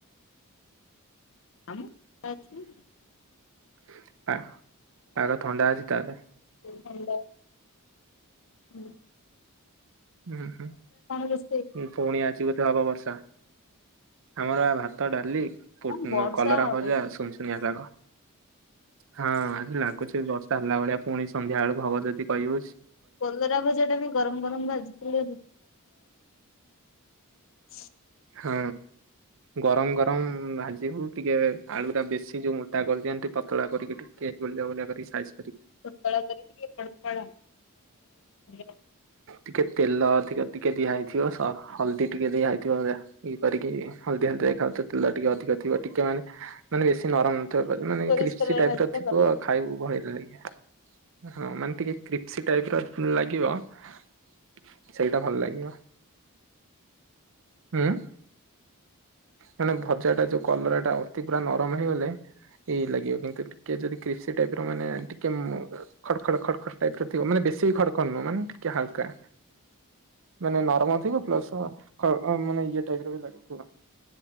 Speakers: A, on the left; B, on the right.
A: ଆମ ଅଛି।
B: ହୁଁ ଆ ପାଗ ଥଣ୍ଡା ଅଛି ତାହେଲେ।
A: ହାଲୋ ହୁଁ।
B: ହୁ ସ
A: ରୋଷେଇ?
B: ଉହୁଁ ପୁଣି ଆଜି ବୋଧେ ହବ ବର୍ଷା। ଆମର ଭାତ, ଡାଲି ପୋଟ
A: ହଁ ବର୍ଷା
B: ନ କଲରା
A: ହବ
B: ଭଜା, ସୁନସୁନିଆ ଶାଗ। ହଁ ଆଜି ଲାଗୁଛି ବର୍ଷା ହେଲା ଭଳିଆ ପୁଣି ସନ୍ଧ୍ୟା ବେଳକୁ ହବ ଯଦି କହିିଉଚ।
A: କଲରା ଭଜା ଟା ବି ଗରମ ଗରମ ଭାଜିଥିଲେ <unintelligible> <unintelligible>
B: ହଁ ଗରମ ଗରମ ଭାଜିବୁ ଟିକେ ଆଳୁ ଟା ବେଶି ଯୋଉ ମୋଟା କରିଦିଅନ୍ତି ପତଳା କରିକି ଟିକେ ଗୋଲ୍ ଗୋଲ୍ କରିକି ସାଇ
A: ପତଳା କରିକି ଟିକିଏ <unintelligible> <unintelligible>
B: ଟିକେ ତେଲ ଅଧିକ ଦିଆ ହେଇଥିବ ସ ହଳଦୀ ଟିକେ ଦିଆ ହେଇଥିବ। ଇଏ କରିକି ହଳଦିଆ ହଳଦିଆ ଆଉ ତେଲ ଟିକେ ଅଧିକ ଥିବ ଟିକେ ମାନେ ମାନେ ବେଶୀ ନରମ ତ ମାନେ
A: ସୋରିଷ
B: କ୍ରିସ୍ପି
A: ତେଲରେ
B: ଟାଇପ
A: ଭାଜିଲେ
B: ର ଥିବ
A: ଭଲ ଲାଗେ।
B: ଆଉ ଖାଇବୁ <inaudible> ହଁ ମାନେ ଟିକେ କ୍ରିପ୍ସି ଟାଇପ ର ଲାଗିବ। <unintelligible> ସେଇଟା ଭଲ ଲାଗିବ। ହୁଁ। ମାନେ ଭଜା ଟା ଯୋଉ କଲରା ଟା ଅତି ପୁରା ନରମ ହେଇଗଲେ ଏ ଏଇ ଲାଗିବ କିନ୍ତୁ ଟିକେ ଯଦି କ୍ରିସପି ଟାଇପ ର ମାନେ ଟିକେ ଖଡ଼ ଖଡ ଖଡ ଖଡ ଟାଇପ ର ଥିବ ମାନେ ବେଶୀ ବି ଖଡ଼ ଖଡ଼ ନୁହଁ ମାନେ ଟିକେ ହାଲକା। ମାନେ ନରମ ଥିବ ପ୍ଲସ <inaudible> ମାନେ ଇଏ ର ବି ଲାଗେ ହେଲା।